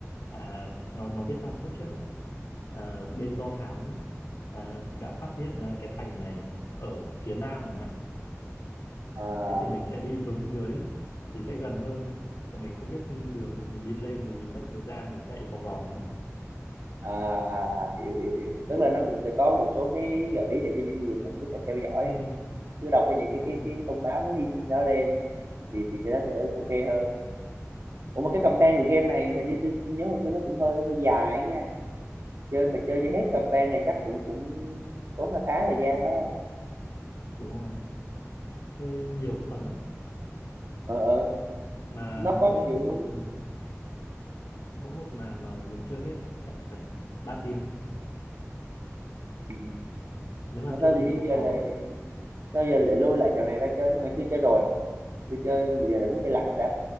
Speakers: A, on the left; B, on the right.
A: à, nó nó viết trong cốt truyện là à, bên do thám à, đã phát hiện ra cái thành này ở phía nam chẳng hạn
B: à,
A: đấy thì mình sẽ đi xuống dưới thì sẽ gần hơn còn mình không biết đường thì mình đi lên thì mình mất thời gian mình chạy vòng vòng á
B: à, à, à, hiểu, hiểu hiểu hiểu tức là nó cũng sẽ có một số cái gợi ý để cho những người mà cứ phải theo dõi
A: ừ
B: cứ đọc cái những cái
A: đúng
B: cái
A: rồi
B: cái thông báo cái hình đó lên thì thì sẽ nó sẽ ok hơn ủa mà cái campaign của game này hình như tôi, tôi nhớ hồi xưa nó cũng hơi hơi dài ấy nha chơi mà chơi cho hết campaign này chắc cũng cũng tốn khá khá thời gian đó
A: đúng rồi chơi nhiều phần lắm
B: ờ ờ
A: mà
B: nó
A: mỗi
B: có kiểu
A: một mỗi một màn mà muốn chơi hết chắc phải ba tiếng
B: ừ,
A: nếu mà
B: mà sao
A: chơi
B: tự nhiên
A: chế độ khó
B: giờ lại sao giờ lại lôi lại trò này ra chơi hồi xưa chơi rồi à chưa chơi mà giờ lại muốn chơi lại ta